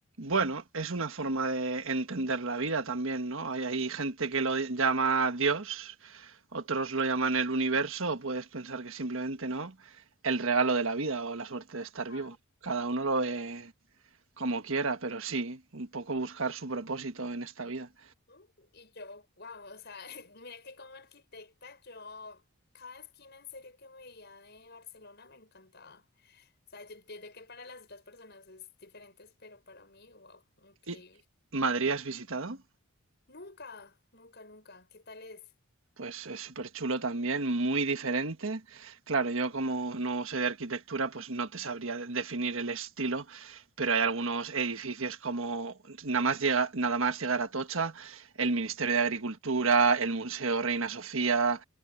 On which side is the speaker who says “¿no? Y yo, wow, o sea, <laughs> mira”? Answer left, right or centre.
Left